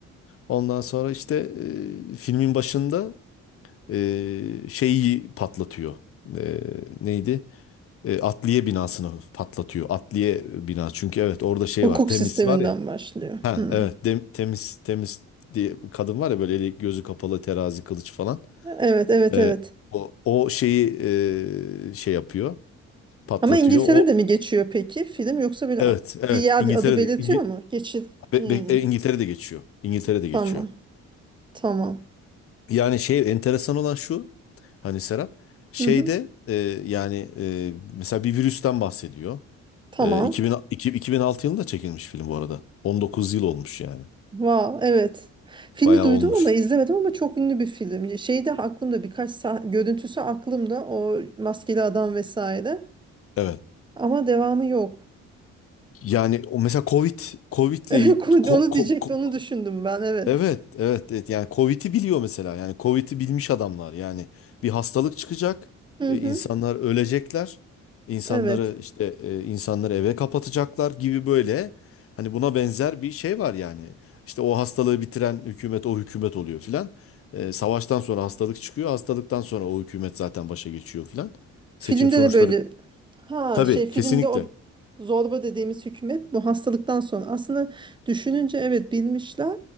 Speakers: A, on the left; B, on the right.
A: Ondan sonra işte e, filmin başında e, şeyi patlatıyor. E, neydi? E, Atliye binasını patlatıyor. Atliye bina. Çünkü evet orada şey
B: Hukuk
A: var. Temiz
B: sisteminden
A: var ya.
B: başlıyor.
A: Ha
B: Hmm.
A: evet Dem- temiz temiz diye bir kadın var ya böyle eli gözü kapalı terazi kılıç falan.
B: Evet, evet,
A: E,
B: evet.
A: o, o şeyi e, şey yapıyor patlatıyor.
B: Ama İngiltere'de
A: O
B: mi geçiyor peki film yoksa böyle
A: evet
B: a-
A: evet
B: bir yer
A: İngiltere'de
B: adı belirtiyor
A: İngi,
B: mu? Geçit.
A: be-
B: Hmm.
A: be- e, İngiltere'de geçiyor. İngiltere'de
B: Tamam.
A: geçiyor.
B: Tamam.
A: Yani şey enteresan olan şu hani Serap şeyde
B: Hı hı.
A: e, yani e, mesela bir virüsten bahsediyor.
B: Tamam.
A: E, 2000, iki- 2006 yılında çekilmiş film bu arada. 19 yıl olmuş yani.
B: Wow, evet. Filmi
A: Bayağı
B: duydum
A: olmuş.
B: ama izlemedim ama çok ünlü bir film. Şeyde aklımda birkaç sah- görüntüsü aklımda o maskeli adam vesaire.
A: Evet.
B: Ama devamı yok.
A: Yani o mesela Covid Covid'le
B: <laughs>
A: il- ko,
B: Onu
A: ko-
B: diyecekti,
A: ko-
B: onu düşündüm ben. Evet.
A: Evet, evet, evet. Yani Covid'i biliyor mesela. Yani Covid'i bilmiş adamlar. Yani bir hastalık çıkacak,
B: Hı
A: e,
B: hı.
A: insanlar ölecekler, insanları
B: Evet.
A: işte e, insanları eve kapatacaklar gibi böyle. Hani buna benzer bir şey var yani. İşte o hastalığı bitiren hükümet o hükümet oluyor filan. E, savaştan sonra hastalık çıkıyor, hastalıktan sonra o hükümet zaten başa geçiyor filan. Seçim
B: Filmde
A: sonuçları
B: de böyle ha
A: tabii
B: şey filmde
A: kesinlikle.
B: o zorba dediğimiz hükümet bu hastalıktan sonra aslında düşününce evet bilmişler.